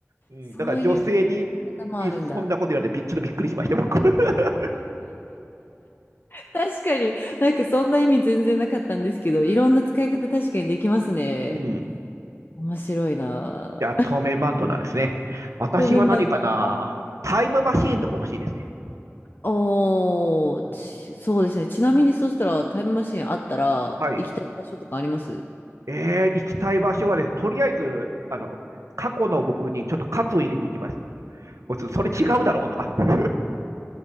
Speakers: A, on the right; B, on the left.
A: うん、
B: そういう
A: だから女性に
B: 方もあるんだ。
A: にそんなこと言われてび、ちょっとびっくりしました、僕。<laughs>
B: 確かに、なんかそんな意味全然なかったんですけど、いろんな使い方確かにできますね。
A: うん。
B: 面白いな。
A: じゃあ、透明マントなんですね。私は何かなタイムマシーンとか欲しいですね。
B: そうマシント。はいおー、
A: うん
B: ちそうですね。ちなみにそしたらタイムマシンあったら行きたい場所とかあります
A: はい。えー、行きたい場所はですね、とりあえず、あの、過去の僕にちょっと喝を入れに行きました。もうちょっとそれ違うだろうとか。<laughs>